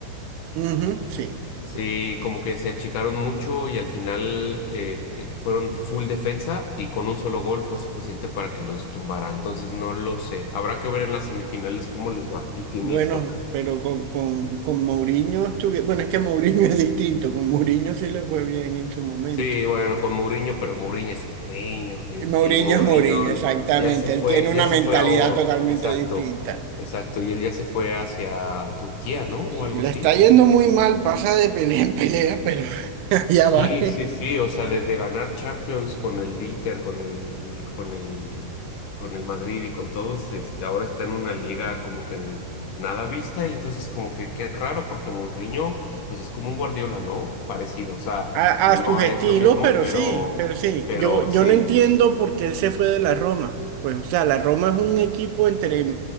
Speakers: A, on the right; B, on the left.
A: Ujú, sí.
B: Sí, como que se achicaron mucho y al final eh, eh, fueron full defensa y con un solo gol fue suficiente para que los tumbara. Entonces no lo sé. Habrá que ver en las semifinales cómo les va y quién
A: Bueno,
B: les toca.
A: pero con, con, con Mourinho estuve, bueno, es que Mourinho <laughs> es distinto, con Mourinho sí le fue bien en su momento.
B: Sí, bueno, con Mourinho, pero Mourinho es Mourinho. Y,
A: Y Mourinho
B: y Mourinho
A: es Mourinho, exactamente,
B: ya se fue,
A: él tiene
B: ya
A: una
B: se
A: mentalidad
B: fue a... o-
A: totalmente
B: Exacto,
A: distinta.
B: exacto. Y él ya se fue hacia Turquía, ¿no? O
A: Sí,
B: algo
A: le
B: así.
A: está yendo muy mal, pasa de pelea en pelea, pero <laughs>
B: Sí,
A: Ya va.
B: sí, sí. O sea, desde ganar Champions con el Inter, con el, con el, con el Madrid y con todos, este, ahora está en una liga como que en nada vista. Y entonces como que qué raro, porque Mourinho, pues es como un Guardiola, ¿no? Parecido. O sea,
A: A,
B: no
A: a sus estilos,
B: es lo mismo,
A: pero
B: pero,
A: sí, pero sí.
B: pero
A: Yo, yo
B: sí.
A: no entiendo por qué él se fue de la Roma. Pues, o sea, la Roma es un equipo entre eh,